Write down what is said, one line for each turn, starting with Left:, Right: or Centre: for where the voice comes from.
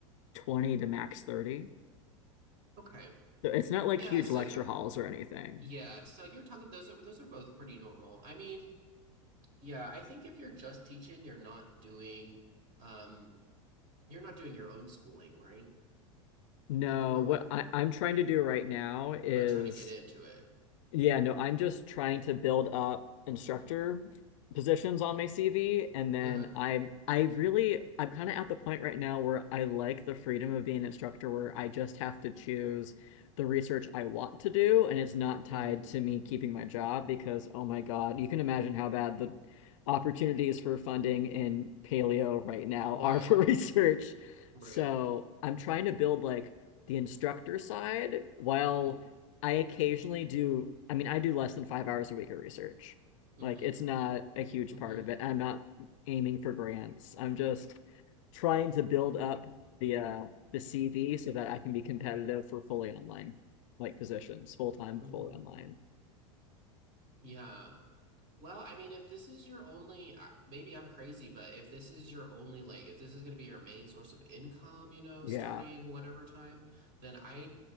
Left: 20 to max 30.
Right: Okay.
Left: So it's not like
Right: Yeah,
Left: huge
Right: so
Left: lecture
Right: you're
Left: halls or anything.
Right: yeah, so you're talking those are those are both pretty normal. I mean, yeah, I think if you're just teaching, you're not doing um you're not doing your own schooling, right?
Left: No,
Right: At the moment,
Left: what I, I'm trying to do right now is
Right: but trying to get into it.
Left: Yeah, no, I'm just trying to build up instructor positions on my CV, and then
Right: Uh-huh.
Left: I'm I really I'm kind of at the point right now where I like the freedom of being an instructor where I just have to choose the research I want to do, and it's not tied
Right: Mm-hmm.
Left: to me keeping my job because oh my God, you can imagine how bad the opportunities for funding in paleo right now
Right: Right.
Left: are for <laughs> research.
Right: Right.
Left: So I'm trying to build like the instructor side while
Right: Mm-hmm.
Left: I occasionally do, I mean, I do less than five hours a week of research.
Right: Mm-hmm.
Left: Like, it's not a huge
Right: Mm-hmm.
Left: part of it. I'm not aiming for grants. I'm just trying to build up the uh the CV so that I can be competitive for fully online, like positions, full time,
Right: Mm-hmm.
Left: fully online.
Right: Yeah. Well, I mean, if this is your only, I- maybe I'm crazy, but if this is your only, like, if this is going to be your main source of income, you know,
Left: Yeah.
Right: starting whatever time, then I,